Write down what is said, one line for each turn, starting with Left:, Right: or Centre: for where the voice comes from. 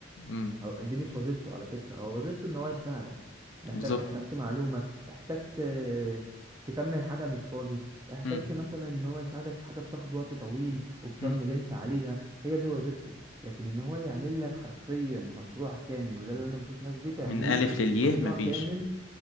Left: امم
Right: هو دي مش وظيفته على فكرة هو وظيفته ان هو يساعدك محتاج
Left: بالظبط
Right: احتجت معلومة احتجت آه، تكمل حاجة مش فاضي احتجت
Left: امم
Right: مثلا ان هو يساعدك في حاجة بتاخد وقت طويل وتكمل
Left: امم
Right: انت عليها هي دي وظيفته لكن ان هو يعمل لك حرفيا مشروع كامل وده اللي انا بشوف ناس بتعمله
Left: من ألف للياء
Right: مشروع
Left: مفيش
Right: كامل